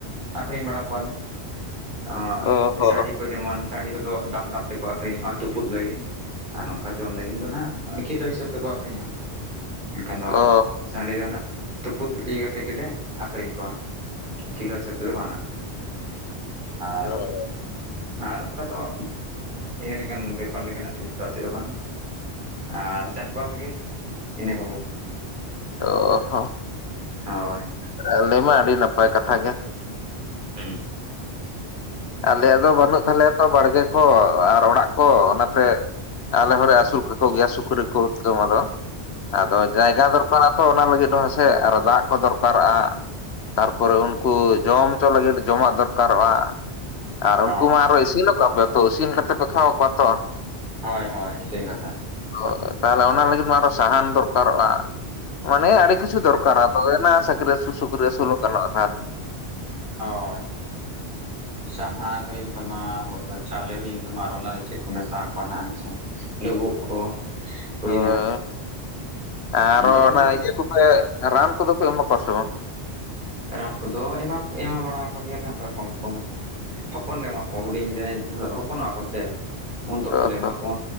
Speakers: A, on the right; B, on the left.
A: ᱟᱠᱷᱨᱤᱧ ᱵᱟᱲᱟ ᱠᱚᱣᱟᱞᱮ ᱚᱸ
B: ᱚ ᱦᱚᱸ
A: ᱥᱟᱰᱤ ᱠᱚ ᱡᱮᱢᱚᱱ ᱥᱟᱰᱤ ᱠᱚᱫᱚ ᱫᱟᱢ ᱫᱟᱢ ᱛᱮ᱾ ᱟᱹᱷᱨᱤᱧᱚᱜᱼᱟ ᱛᱩᱯᱩᱩᱜ ᱞᱟᱹᱜᱤᱫ ᱟᱨ ᱱᱚᱝᱠᱟ ᱡᱚᱢ ᱞᱟᱹᱜᱤᱫ ᱫᱚ ᱟᱜ ᱠᱤᱞᱳ ᱦᱤᱥᱟᱹᱵ ᱛᱮᱠᱚ ᱟᱹᱷᱨᱤᱧᱚᱜᱼᱟ᱾ ᱮᱱᱠᱷᱟᱱ ᱫᱚ
B: ᱚ
A: ᱥᱟᱺᱰᱤ ᱫᱚᱱᱟᱜ᱾ ᱛᱩᱯᱩᱫ ᱤᱭᱟᱹ ᱠᱟᱛᱮᱫ ᱜᱮᱞᱮ ᱟᱠᱷᱨᱤᱧ ᱠᱚᱣᱟ ᱠᱷᱤᱞᱳ ᱦᱤᱥᱟᱹᱵ ᱛᱮᱫᱚ ᱵᱟᱝ ᱟ᱾ ᱟᱨ
B: ᱦᱚᱸ
A: ᱟᱨ ᱚᱱᱠᱟ ᱫᱚ᱾ ᱤᱭᱟᱹ ᱞᱮᱠᱟᱱ ᱵᱮᱯᱟᱨ ᱞᱮᱠᱟ ᱱᱟᱜ ᱡᱤᱱᱤᱥ ᱪᱚ ᱪᱮᱫ ᱦᱚᱸ ᱵᱟᱝᱼᱟ᱾ ᱟᱨ ᱪᱟᱥᱵᱟᱥ ᱜᱮ ᱤᱱᱟᱹ ᱠᱚᱜᱮ᱾
B: ᱚ ᱦᱚᱸ
A: ᱦᱳᱭ
B: ᱟᱞᱮ ᱢᱟ ᱟᱹᱰᱤ ᱱᱟᱯᱟᱭ ᱠᱟᱛᱷᱟ ᱜᱮ᱾
A: <unintelligible>
B: ᱟᱞᱮᱭᱟᱜ ᱫᱚ ᱵᱟᱹᱱᱩᱜ ᱛᱟᱞᱮᱭᱟ ᱛᱚ ᱵᱟᱲᱜᱮ ᱠᱚ ᱟᱨ ᱚᱲᱟᱜ ᱠᱚ ᱚᱱᱟᱛᱮ᱾ ᱟᱞᱮ ᱦᱚᱲᱮ ᱟᱹᱥᱩᱞ ᱠᱟᱠᱚ ᱜᱮᱭᱟ ᱥᱩᱠᱨᱤ ᱠᱚ ᱩᱛᱠᱟᱹᱢ ᱟᱫᱚ ᱟᱫᱚ ᱡᱟᱭᱜᱟ ᱫᱚ᱾ <inaudible> ᱛᱚ ᱚᱱᱟ ᱞᱟᱹᱜᱤᱫ ᱦᱮᱸᱥᱮ ᱟᱨ ᱫᱟᱜ ᱠᱚ ᱫᱚᱨᱠᱟᱨᱚᱜᱼᱟ᱾ ᱛᱟᱨᱯᱚᱨᱮ ᱩᱱᱠᱩ ᱡᱚᱢ ᱦᱚᱪᱚ ᱞᱟᱹᱜᱤᱫ ᱡᱚᱢᱟᱜ ᱫᱚᱨᱠᱟᱨᱚᱜᱼᱟ᱾ ᱟᱨ
A: ᱦᱚᱸ
B: ᱩᱱᱠᱩ ᱢᱟ ᱟᱨᱚ ᱤᱥᱤᱱᱚᱜ ᱠᱚ ᱯᱮ ᱛᱚ ᱤᱥᱤᱱ ᱠᱟᱛᱮᱫ ᱯᱮ ᱠᱷᱟᱣᱟᱣ ᱠᱚᱣᱟ ᱛᱚ᱾
A: ᱦᱳᱭ ᱦᱳᱭ ᱤᱥᱤᱱ ᱠᱟᱛᱮ᱾
B: ᱦᱚᱭ ᱛᱟᱦᱚᱞᱮ ᱚᱱᱟ ᱞᱟᱹᱜᱤᱫ ᱢᱟ ᱟᱨᱚ ᱥᱟᱦᱟᱱ ᱫᱚᱨᱠᱟᱨᱚᱜᱼᱟ, ᱢᱟᱱᱮ ᱟᱹᱰᱤ ᱠᱤᱪᱷᱩ ᱫᱚᱨᱠᱟᱨᱟ᱾ ᱦᱚᱭ ᱚᱱᱟ ᱥᱟᱠᱨᱤ ᱟᱹᱥᱩᱞ ᱥᱩᱠᱨᱤ ᱟᱹᱥᱩᱞ ᱦᱚᱸ ᱜᱟᱱᱚᱜᱼᱟ ᱛᱟᱦᱚᱞᱮ᱾
A: ᱦᱳᱭ ᱥᱟᱦᱟᱱ ᱦᱩᱭᱮᱱ ᱛᱟᱢᱟ᱾ ᱪᱟᱣᱞᱮ ᱦᱩᱭᱮᱱ ᱛᱟᱢᱟ ᱟᱨ ᱚᱱᱟᱨᱮ ᱪᱮᱫ ᱠᱚ ᱢᱮᱥᱟᱚᱣᱟ ᱱᱟ ᱦᱮᱸᱥᱮ ᱞᱩᱵᱩᱜ ᱠᱚ ᱦᱩᱭᱱᱟ᱾
B: ᱦᱳᱭ ᱟᱨᱚ
A: ᱟᱫᱚ ᱟᱞᱮ
B: ᱤᱭᱟᱹ ᱠᱚᱯᱮ ᱨᱟᱱ ᱠᱚᱫᱚ ᱯᱮ ᱮᱢᱟ ᱠᱚᱣᱟ ᱥᱮ ᱵᱟᱝ?
A: ᱨᱟᱱ ᱠᱚᱫᱚ ᱮ ᱮᱢᱟ ᱵᱟᱲᱟ ᱠᱚ ᱜᱮᱭᱟᱞᱮ ᱚᱱᱠᱟ ᱠᱚᱢ ᱠᱚᱢ᱾ ᱦᱚᱯᱚᱱ ᱞᱮ ᱮᱢᱟ ᱠᱚᱣᱟ ᱦᱩᱰᱤᱧ ᱡᱟᱦᱟᱸᱭ ᱦᱚᱯᱚᱱ ᱱᱚᱜᱼᱟ ᱟᱠᱚ ᱥᱮ ᱩᱱ ᱛᱚᱠᱷᱚᱱ
B: ᱚ
A: ᱞᱮ
B: ᱦᱚ
A: ᱮᱢᱟ ᱠᱚ